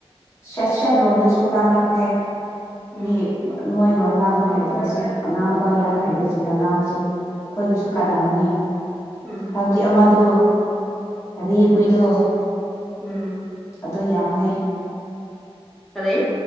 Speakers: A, on the left; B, in the centre.
A: ꯁꯦꯠ ꯁꯦꯠ ꯔꯣꯝꯗꯁꯨ ꯀꯥꯟꯅꯕꯅꯦ
B: ꯎꯝ
A: ꯃꯤ ꯃꯣꯏ ꯂꯣꯟ ꯉꯥꯡꯕ ꯍꯥꯏꯗꯕꯁꯦ ꯑꯉꯥꯡꯕ ꯌꯥꯝ
B: ꯎꯝ
A: ꯍꯩꯕꯁꯤꯡꯅꯦ ꯑꯉꯥꯡꯕꯁꯦ ꯑꯩꯈꯣꯏꯒꯤꯁꯨ ꯀꯥꯟꯅꯕꯅꯤ
B: ꯎꯝ ꯎꯝ
A: ꯍꯥꯏꯕꯗꯤ ꯑꯃꯗꯨ ꯀꯔꯤ ꯄꯨꯏꯗꯣ
B: ꯎꯝ
A: ꯑ ꯌꯥꯝꯅꯦ
B: ꯈꯔꯦ